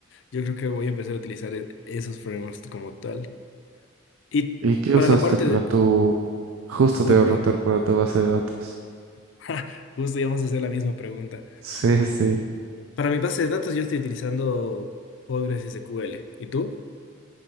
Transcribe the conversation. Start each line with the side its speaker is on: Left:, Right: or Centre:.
Left: yo creo que voy a empezar a utilizar e- esos frameworks como tal. Y
Right: ¿Y qué
Left: para
Right: usaste
Left: la parte
Right: para
Left: de...
Right: tu... Justo
Left: Uy,
Right: te voy
Left: perdón.
Right: a preguntar para tu base de datos.
Left: <laughs> Justo íbamos a hacer la misma pregunta.
Right: Sí, sí.
Left: Para mi base de datos yo estoy utilizando Postgres SQL. ¿Y tú?